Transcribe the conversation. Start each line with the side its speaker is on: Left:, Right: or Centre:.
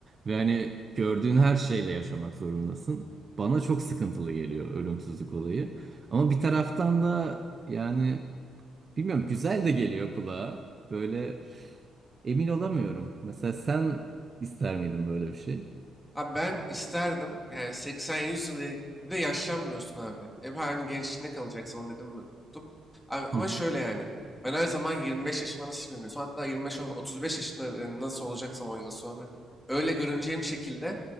Right: Ve hani gördüğün her şeyle yaşamak zorundasın. Bana çok sıkıntılı geliyor ölümsüzlük olayı. Ama bir taraftan da yani... Bilmiyorum güzel de geliyor kulağa. Böyle emin olamıyorum. Mesela sen ister miydin böyle bir şey?
Centre: Abi ben isterdim. Yani 80-100 yıl e- bir de yaşlanmıyorsun abi. Hep aynı gençliğinde kalacaksın. Onu dedim mi unuttum. Abi, ama
Right: Hı hı.
Centre: şöyle yani. Ben her zaman 25 yaşında nasıl görünüyorsam hatta 25-35 yaşında e, nasıl olacaksam 10 yıl sonra öyle görüneceğim şekilde